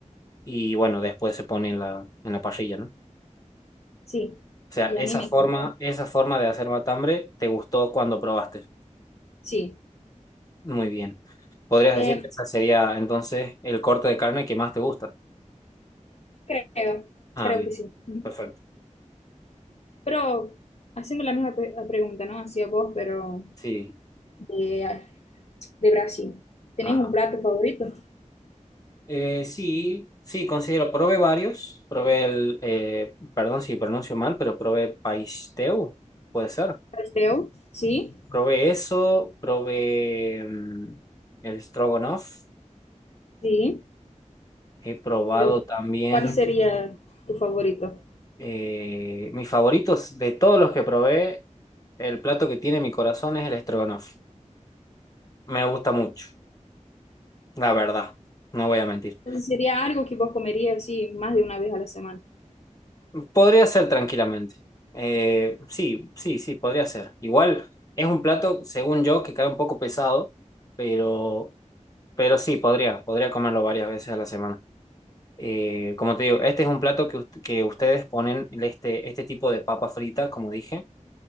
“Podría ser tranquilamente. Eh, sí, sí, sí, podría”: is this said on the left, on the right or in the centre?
Left